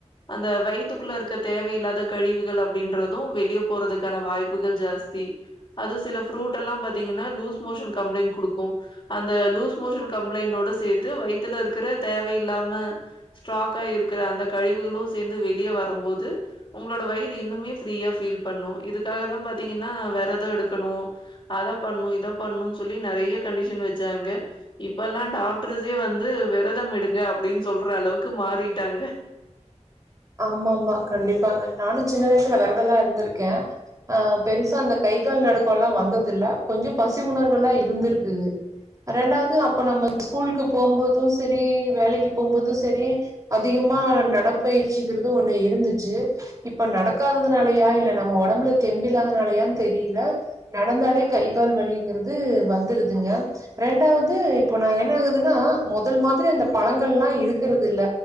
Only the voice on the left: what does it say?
அந்த வயித்து குள்ள இருக்க தேவயில்லாத கழிவுகள் அப்டின்றது வெளிய போறதுக்கான வாய்ப்புகள் ஜாஸ்தி அது சில ஃப்ரூடெல்லா பாத்தீங்கன்னா லூஸ் மோஷன் கம்ளைண் குடுக்கு அந்த லூஸ் மோஷன் கம்ளைண்டோட சேத்து வயித்துல இருக்குற தேவ இல்லாம ஸ்டாக் ஆயிர்க்ற அந்த கழிவுகளு சேந்து வெளிய வரம்போது ஒங்களோட வயிறு இன்னுமே ஃப்ரீயா ஃபீல் பண்ணு இதுக்காக தா பாத்தீங்கன்னா வெரத எடுக்கனு அத பண்ணு இத பண்ணு சொல்லி நெறைய கண்டிஷன் வச்சாங்க இப்பெல்லா டாக்ட்ரஸே வந்து விரதம் எடுங்க அப்டின் சொல்ற அளவுக்கு மாறிட்டாங்க